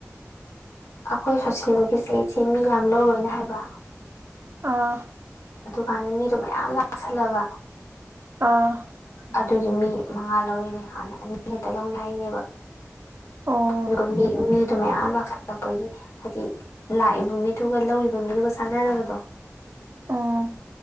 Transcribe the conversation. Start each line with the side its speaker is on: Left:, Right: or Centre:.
Left: ꯑꯩꯈꯣꯏ ꯁꯣꯆꯅꯤꯜꯒꯤꯁꯦ ꯑꯩꯁꯤꯦ ꯃꯤ ꯌꯥꯝ ꯂꯧꯔꯣꯏꯅ ꯍꯥꯏꯕ
Right: ꯑꯥ
Left: ꯃꯥꯗ ꯃꯤꯗꯣ ꯃꯌꯥꯝ ꯂꯥꯛꯁꯜꯂꯕ
Right: ꯑꯥ
Left: ꯑꯗꯨꯒꯤ ꯃꯤ ꯃꯉꯥ ꯂꯧꯔꯤꯅꯦ ꯍꯥꯟꯅ ꯑꯅꯤ ꯍꯦꯛꯇ ꯂꯧꯅꯤ ꯍꯥꯏꯅꯦꯕ
Right: ꯑꯣ
Left: ꯑꯗꯨꯒ ꯃꯤ ꯃꯤꯗꯨ ꯃꯌꯥꯝ ꯂꯥꯛꯁꯜꯂꯛꯄꯒꯤ ꯍꯥꯏꯗꯤ ꯂꯥꯛꯏꯕ ꯃꯤꯗꯨꯒ ꯂꯧꯔꯤꯕ ꯃꯤꯗꯨꯒ ꯆꯥꯟꯅꯗꯕꯗꯣ
Right: ꯎꯝ